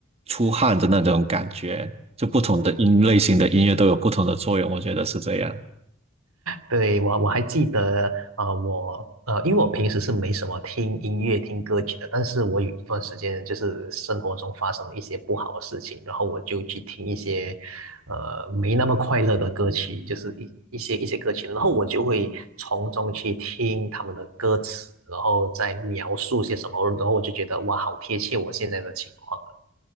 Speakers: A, on the right; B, on the right.
A: 出汗的那种感觉。就不同的音类型的音乐都有不同的作用，我觉得是这样。
B: 对，我我还记得，呃，我呃，因为我平时是没什么听音乐、听歌曲的，但是我有一段时间就是生活中发生了一些不好的事情，然后我就去听一些，呃，没那么快乐的歌曲，就是一一些一些歌曲，然后我就会从中去听他们的歌词，然后再描述些什么，然后我就觉得哇，好贴切我现在的情况啊。